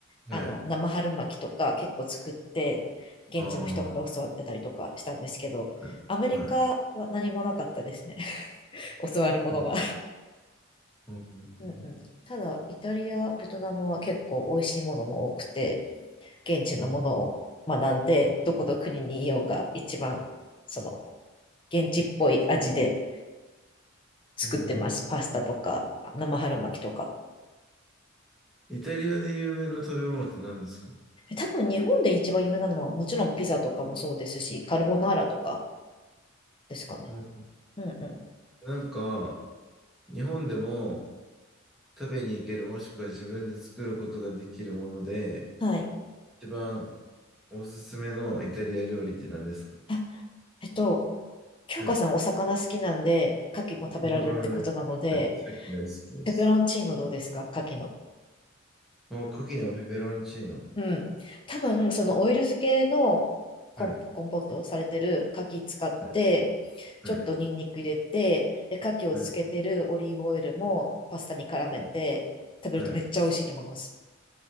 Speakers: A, in the centre; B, on the left.
A: はい。
B: あの、生春巻きとか結構作って、現地の人から教わってたりとかしたんですけど、
A: ああ、はい、
B: アメリカは何もなかったですね。
A: はい。
B: <laughs> 教わるものが。
A: うん、うん、
B: うんうん。ただ、イタリア、ベトナムは結構美味しいものも多くて、現地のものを学んで、
A: うん、
B: どこの国にいようが一番、その、現地っぽい味で作ってます。
A: うん。
B: パスタとか、生春巻きとか。
A: イタリアで有名な食べ物って何ですか
B: 多分日本で一番有名なのはもちろんピザとかもそうですし、カルボナーラとかですかね。
A: うん、
B: うんう
A: なんか、日本でも食べに行ける、もしくは自分で作ることができるもので、
B: ん。はい。
A: 一番おすすめのイタリア料理って何ですか
B: あ、えっと、京香さんお魚好きなんで、
A: はい。
B: 牡蠣も食べられるってことなので、
A: お魚です。はい。さっき大好きです。
B: ペペロンチーノどうですか牡蠣の。
A: お、牡蠣のペペロンチーノ。
B: うん。多分、そのオイル漬けのコン、
A: はい。
B: コンポートされてる牡蠣使って、
A: はい。はい。
B: ちょっとニンニク入れて、で、牡蠣をつけてるオリーブオイルもパスタに絡めて食べるとめっちゃ美味しいと思います。
A: はい。はいはい